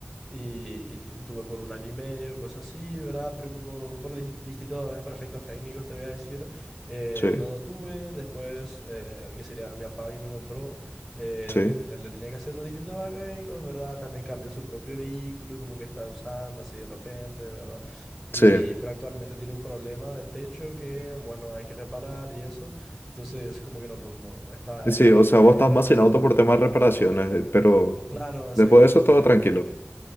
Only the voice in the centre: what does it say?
Y, y tu- tuve por un año y medio, cosas así, ¿verdad? Pero como por dis- distintos desperfectos técnicos, te voy a decir, eh,
no lo tuve. Después, eh, el que sería mi papá que me compró, eh,
le, le tenía que hacer distintos arreglos, ¿verdad? También cambió su propio vehículo y como que estaba usando así de repente, ¿verdad? Y,
pero actualmente tiene un problema del techo que, bueno, hay que reparar y eso. Entonces, como que no, no no, está,
está
nomás
ahí
el
auto.
Claro, exactamente.